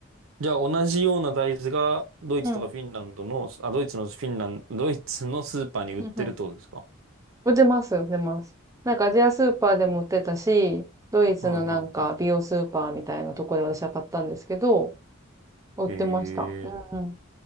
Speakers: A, on the right; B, on the right.
A: じゃあ同じような大豆がドイツとかフィンランドの、
B: うん、
A: あ、ドイツのフィンランド、ドイツのスーパーに売ってるってことですかは
B: うん、うん。売ってます、売ってます。なんかアジアスーパーでも売ってたし、ドイツのなんか美容スーパーみたいなとこで私は買ったんですけど、
A: いはいは
B: 売ってました。
A: い。へ
B: うんうん。
A: え。